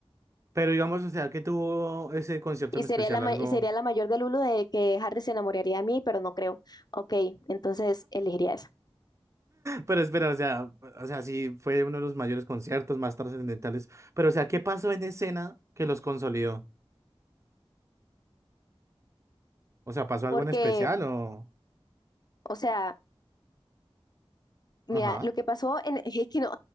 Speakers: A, on the right; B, on the left.
A: Pero digamos, o sea, que tuvo ese concierto
B: Y
A: en
B: sería
A: especial,
B: la, ma-
A: algo.
B: y sería la mayor del uno de que Harry se enamoraría de mí, pero no creo. Ok, entonces elegiría esa.
A: Pero espera, o sea, o sea, sí fue uno de los mayores conciertos más trascendentales. Pero, o sea, ¿qué pasó en escena que los consolidó? O sea, ¿pasó algo
B: Porque,
A: en especial o...?
B: o sea, mira,
A: Ajá.
B: lo que pasó en, <laughs> es que no,